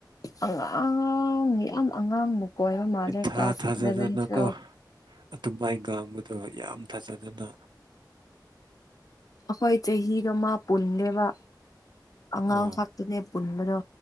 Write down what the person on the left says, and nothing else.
ꯑꯉꯥꯡ ꯌꯥꯝ ꯑꯉꯥꯡꯅꯦ ꯀꯣꯏꯕ ꯃꯥꯜꯂꯦ
ꯀ꯭ꯂꯥꯁ
ꯏꯂꯦꯚꯦꯟ ꯇ꯭ꯨꯌꯦꯜꯞ
ꯑꯩꯈꯣꯏ ꯆꯍꯤꯗꯣ ꯃꯥ ꯄꯨꯟꯗꯦꯕ ꯑꯉꯥꯡ
ꯉꯥꯛꯛꯇꯅꯦ ꯄꯨꯟꯕꯗꯣ